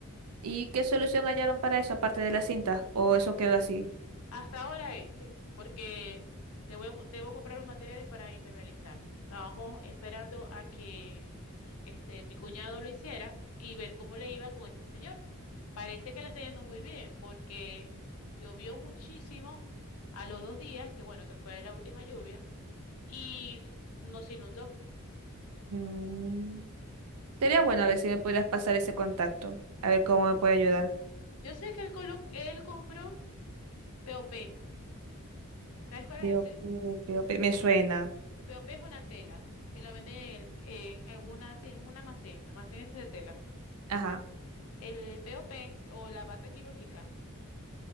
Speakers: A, on the right; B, on the left.
A: ¿Y qué solución hallaron para eso aparte de la cinta? ¿O eso quedó así?
B: Hasta ahora ese, porque le voy a co- debo comprar los materiales para impermeabilizar. Estábamos esperando a que este, mi cuñado lo hiciera y ver cómo le iba con este señor. Parece que le está yendo muy bien, porque llovió muchísimo a los dos días, que bueno, que fue la última lluvia, y no se inundó.
A: Mm. Sería bueno a ver si me pudieras pasar ese contacto. A ver cómo me puede ayudar.
B: Yo sé que él, colo- él compró P O P. ¿Sabes cuál
A: Pío,
B: es ese?
A: pío, pío, pío. Me suena.
B: El POP es una tela que la venden en, el- en alguna tie- en un almacén, almacén ese de tela.
A: Ajá.
B: El POP o P o la bata quirúrgica,